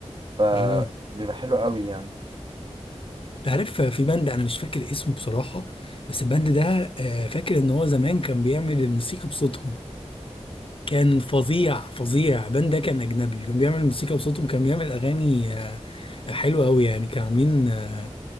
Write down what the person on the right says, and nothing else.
فبيبقى
حلو قوي يعني